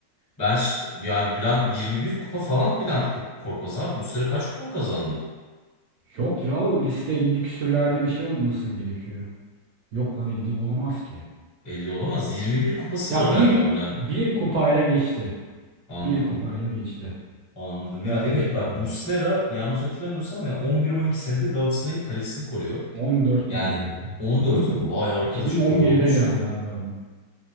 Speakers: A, on the left; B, on the right.
A: Ben ş- yani Bülent 21 kupa falan Bülent Kur- Korkmaz abi. Bu sene kaç kupa kazandı?
B: Yok ya o liste 50 küsürlerde bir şey olması gerekiyor. Yok lan 50 olamaz ki.
A: 50 olamaz. 21 kupası
B: Ya
A: var galiba
B: bir
A: Bülent.
B: bir kupayla geçti.
A: Anladım.
B: Bir kupayla geçti.
A: Anladım.
B: Öyle
A: Ya evet
B: bir şey
A: bak
B: oldu.
A: Muslera yanlış hatırlamıyorsam ya 11-12 senedir Galatasaray'ın kalesini koruyor.
B: 14
A: Yani
B: yıl oldu galiba.
A: 14 mü? Vay arkadaş
B: 2011'de
A: o kadar olmuş
B: geldi
A: mu?
B: abi adam.